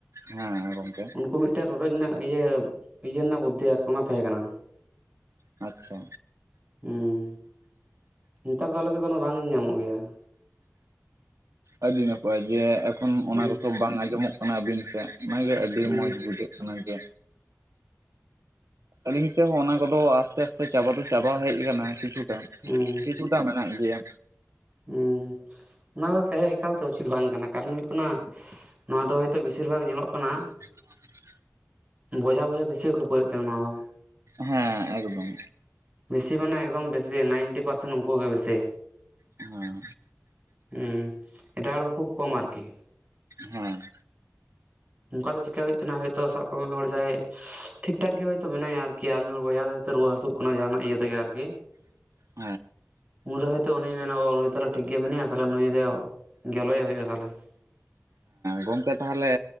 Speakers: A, on the right; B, on the right.
A: ᱦᱮᱸ ᱜᱚᱝᱠᱮ᱾
B: ᱩᱱᱠᱩ ᱢᱤᱫᱴᱟᱹ ᱨᱚᱰᱚᱡ ᱨᱮᱱᱟᱜ ᱤᱭᱟᱹ, ᱤᱭᱟᱹ ᱨᱮᱱᱟᱜ ᱵᱩᱫᱽᱫᱷᱤ ᱟᱨ ᱠᱤ ᱚᱱᱟ ᱛᱟᱸᱦᱮ ᱠᱟᱱᱟ᱾
A: ᱟᱪᱷᱟ᱾
B: ᱦᱩᱸ, ᱱᱮᱛᱟᱨ ᱫᱚ ᱟᱞᱮ ᱥᱮᱫ ᱫᱚ ᱵᱟᱝ ᱧᱟᱢᱚᱜ ᱜᱮᱭᱟ᱾
A: ᱟᱹᱰᱤ ᱱᱟᱯᱟᱭ, ᱡᱮ ᱮᱠᱷᱚᱱ
B: ᱦᱩᱸ
A: ᱚᱱᱟ ᱠᱚ ᱥᱚ ᱵᱟᱝ ᱟᱸᱡᱚᱢᱚᱜ ᱠᱟᱱᱟ ᱟᱹᱵᱤᱱ ᱥᱮᱜ ᱚᱱᱟᱜᱮ ᱟᱹᱰᱤ
B: ᱦᱩᱸ
A: ᱢᱚᱸᱡᱽ ᱵᱩᱡᱷᱟᱹᱜ ᱠᱟᱱᱟ ᱡᱮᱼᱼ ᱟᱹᱞᱤᱧ ᱥᱮᱫ ᱦᱚᱸ ᱚᱱᱟ ᱠᱚᱫᱚ ᱟᱥᱛᱮ ᱟᱥᱛᱮ ᱪᱟᱵᱟ ᱫᱚ ᱪᱟᱵᱟ ᱦᱮᱡ ᱟᱠᱟᱱᱟ ᱠᱤᱪᱷᱩᱴᱟ
B: ᱦᱩᱸ
A: ᱠᱤᱪᱷᱼᱼ ᱫᱚ ᱢᱮᱱᱟᱜ ᱜᱮᱭᱟ᱾
B: ᱦᱩᱸ ᱚᱱᱟ ᱫᱚ ᱛᱟᱦᱮᱸ ᱮᱠᱟᱞᱛᱮ ᱩᱪᱤᱛ ᱵᱟᱝ ᱠᱟᱱᱟ᱾ ᱠᱟᱨᱚᱱ ᱦᱩᱭᱩ ᱠᱟᱱᱟ, ᱱᱚᱣᱟ ᱫᱚ ᱦᱚᱭᱛᱳ ᱵᱮᱥᱤᱨ ᱵᱷᱟᱜᱽ ᱧᱮᱞᱚᱜ ᱠᱟᱱᱟ᱾
A: <unintelligible>
B: ᱵᱚᱭᱦᱟ ᱵᱚᱭᱦᱟ ᱵᱤᱥᱮ ᱠᱷᱟᱹᱯᱟᱹᱨᱤ ᱠᱟᱱ ᱱᱚᱣᱟ ᱫᱚ᱾
A: ᱦᱮᱸ ᱮᱠᱫᱚᱢ᱾
B: ᱵᱮᱥᱤ ᱢᱟᱱᱮ ᱮᱠᱫᱚᱢ ᱵᱮᱥᱤ ᱱᱟᱭᱤᱱᱴᱤ ᱯᱟᱨᱥᱮᱱ ᱩᱱᱠᱩ ᱜᱮ ᱵᱮᱥᱤ᱾
A: ᱦᱮᱸ
B: ᱦᱩᱸ ᱮᱴᱟᱜ ᱦᱚᱲ ᱫᱚ ᱠᱷᱩᱵ ᱠᱚᱢ ᱟᱨ ᱠᱤ
A: ᱦᱚᱸ
B: ᱚᱱᱠᱟ ᱫᱚ ᱪᱤᱠᱟ ᱦᱩᱭᱩᱜ ᱛᱟᱦᱮ ᱱᱟ ᱦᱚᱭ ᱛᱚ ᱥᱟᱵ ᱠᱟᱜ ᱢᱮ ᱢᱤᱫ ᱦᱚᱲ ᱡᱟᱦᱟᱸᱭᱼᱼ ᱴᱷᱤᱠ ᱴᱷᱟᱠ ᱜᱮ ᱦᱳᱭᱛᱳ ᱢᱮᱱᱟᱭᱟ ᱟᱨᱠᱤ ᱟᱨ ᱢᱤᱫ ᱦᱚᱲ ᱵᱚᱭᱦᱟ ᱫᱚᱭᱳ ᱨᱩᱣᱟᱹ ᱦᱟᱹᱥᱩᱜ ᱠᱟᱱᱟ ᱡᱟᱦᱟᱱᱟᱜ ᱤᱭᱟᱹ ᱛᱮᱜᱮ ᱟᱨᱠᱤ᱾
A: <unintelligible>
B: ᱩᱱᱨᱮ ᱦᱚᱭᱛᱚ ᱩᱱᱤᱭ ᱢᱮᱱᱟ ᱚ ᱩᱱᱤ ᱛᱟᱦᱮ ᱴᱷᱤᱠ ᱜᱮ ᱢᱮᱱᱟᱭᱟ ᱛᱟᱦᱮ ᱱᱩᱭ ᱜᱮᱞᱮᱭ ᱦᱩᱭᱩᱜᱼᱟ ᱛᱟᱦᱮ ᱾
A: ᱜᱚᱢᱠᱮ ᱛᱟᱦᱚᱞᱮ